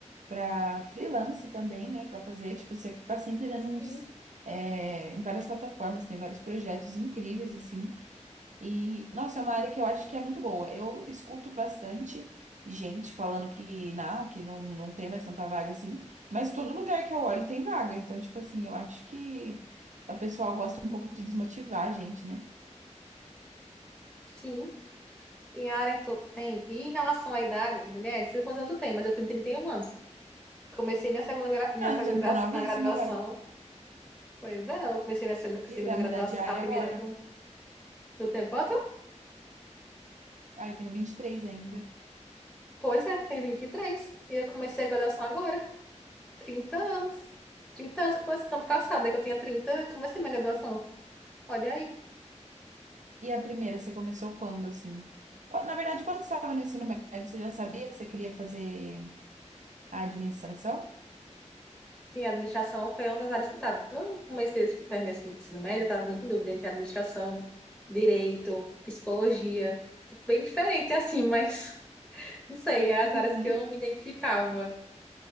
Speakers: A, on the right; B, in the centre.
A: para freelance também, né? Para fazer, tipo, você tá sempre vendo
B: sim,
A: uns é, em várias plataformas, tem vários projetos incríveis assim. E, nossa, é uma área que eu acho que é muito boa. Eu escuto bastante gente falando que não, que não, não tem mais tanta vaga assim, mas todo lugar que eu olho tem vaga. Então, tipo assim, eu acho que o pessoal gosta um pouco de desmotivar a gente, né?
B: sim. Tem área, então, tem. E em relação à idade, mulher, não sei quantos anos tu tem, mas eu tenho 31 anos. Comecei minha segunda, gra- minha
A: Não,
B: segunda
A: você não
B: gra-
A: tá novíssima
B: na graduação.
A: agora.
B: Pois é, eu comecei minha segunda
A: E
B: segunda
A: vai
B: graduação,
A: mudar de
B: a
A: área
B: primeira
A: agora.
B: com... Tu tem quanto?
A: Ah, eu tenho 23 ainda.
B: Pois é, tem vinte E três e eu comecei a graduação agora, 30 anos. trinta anos, que começou ano passado, né, que eu tinha 30 e comecei minha graduação. Olha aí,
A: E a primeira, você começou quando, assim? Qua- Na verdade, quando você estava no ensino médio, você já sabia que você queria fazer a administração?
B: Sim, a administração foi uma das áreas que estava. Quando eu comecei esse terminei esse ensino médio, eu estava muito em dúvida entre administração, direito, psicologia. Bem diferente assim, mas <laughs> não sei, é as
A: Uhum.
B: áreas que eu me identificava.